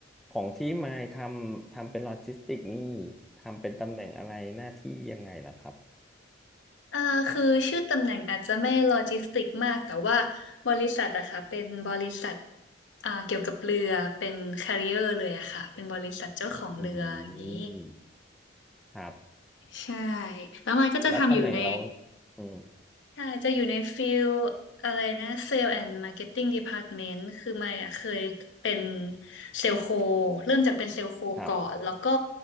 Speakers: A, in the centre; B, on the left.
A: ของที่มายทำทำเป็นโลจิสติกนี่ทำเป็นตำแหน่งอะไรหน้าที่ยังไงล่ะครับ
B: เอ่าคือชื่อตำแหน่งอาจจะไม่โลจิสติกมากแต่ว่าบริษัทอะค่ะเป็นบริษัทอ่าเกี่ยวกับเรือเป็น carrier เลยอะค่ะเป็นบริษัทเจ้าของเรืออย่างนี้
A: อืมครับ
B: ใช่แล้วมันก็จะทำอยู่ใน
A: แล้วตำแหน่งเราอืม
B: ใช่จะอยู่ในฟิลอะไรนะเซลล์แอนด์มาร์เก็ตติ้งดีพาร์ตเมนต์คือมายอะเคยเป็นเซลล์โคเริ่มจากเป็นเซลล์โคก่อนแล้วก็
A: ครับ